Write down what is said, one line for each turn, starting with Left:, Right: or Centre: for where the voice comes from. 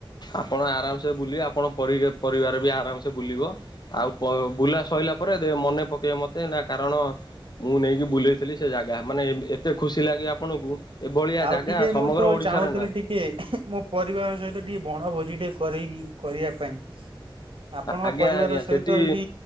Left: ଆପଣ ଆରାମସେ ବୁଲିଏ ଆପଣ ପରି ପରିବାର ବି ଆରାମସେ ବୁଲିବ। ଆଉ ପ ବୁଲା ସଇଲା ପରେ ଦେ ମନେ ପକେ ଏ ମୋତେ ନା କାରଣ ମୁଁ ନେଇକି ବୁଲେଇଥିଲି ସେ ଜାଗା ମାନେ ଏମ ଏତେ ଖୁସି ଲାଗେ ଆପଣଙ୍କୁ ଏଭଳିଆ
Right: ଆଉ
Left: ଜାଗା
Right: ଟିକେ
Left: ସମଗ୍ର
Right: ମୁଁ ତ
Left: ଓଡିଶାରେ
Right: ଚାହୁଁଥିଲି
Left: ନା
Right: ଟିକେ ମୋ ପରିବାର ସହିତ ଟିକେ ବଣ ଭୋଜି ଟେ କରେଇକି କରିବା ପାଇଁ। ଆପଣଙ୍କ
Left: ଆଜ୍ଞା
Right: ପରିବାର
Left: ଆଜ୍ଞା
Right: ସହିତ
Left: ସେଠି
Right: ଯଦି